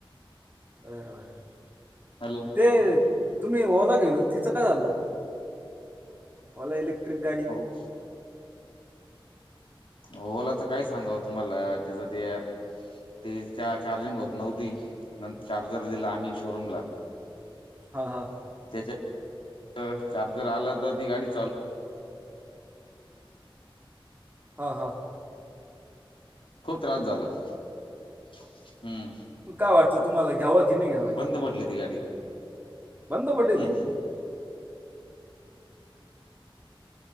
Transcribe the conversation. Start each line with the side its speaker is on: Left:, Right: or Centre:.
Right: बरबर
Left: हॅलो
Right: ते तुम्ही ओला गेलो तिचं काय झालो. ला इलेक्ट्रिक गाडी
Left: हो ओला तर काय सांगाव तुम्हाला तिचं यार. ते चार्जिंग होत नव्हती नंतर चार्जर दिला आम्ही शोरूमला
Right: हा हा
Left: त्याच्या चार्जर आला तर ती गाडी चालू
Right: हा हा
Left: खूप त्रास झाला हम्म
Right: काय वाटतं तुम्हाला घ्यावं की नाही घ्यावं
Left: बंद पडली ती गाडी
Right: बंद पडली
Left: हम्म